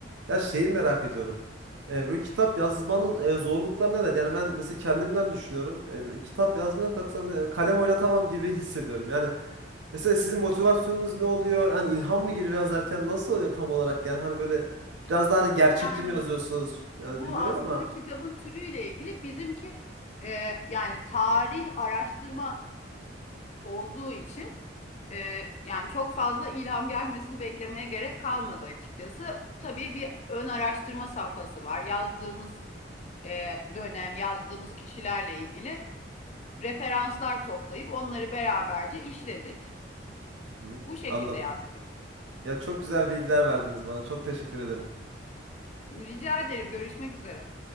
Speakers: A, on the right; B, on the left.
A: Ya şeyi merak ediyorum. E, böyle kitap yazmanın e, zorlukları neler? Yani ben mesela kendimden düşünüyorum. E, böyle kitap yazmaya kalksam e, kalem oynatamam gibi hissediyorum. Yani mesela sizin motivasyonunuz ne oluyor? Yani ilham mı geliyor yazarken nasıl oluyor tam olarak? Yani hani böyle biraz daha hani gerçekçi
B: Yani
A: mi yazıyorsunuz? Yani
B: bu
A: bilmiyorum
B: aslında
A: ama.
B: kitabın türüyle ilgili bizimki e, yani tarih araştırma olduğu için Ee, yani çok fazla ilham gelmesini beklemeye gerek kalmadı açıkçası. Tabii bir ön araştırma safhası var. Yazdığımız e, dönem, yazdığımız kişilerle ilgili referanslar toplayıp onları beraberce işledik.
A: Hı hı,
B: Bu şekilde
A: anladım.
B: yaptık.
A: Ya çok güzel bilgiler verdiniz bana. Çok teşekkür ederim.
B: Rica ederim, görüşmek üzere.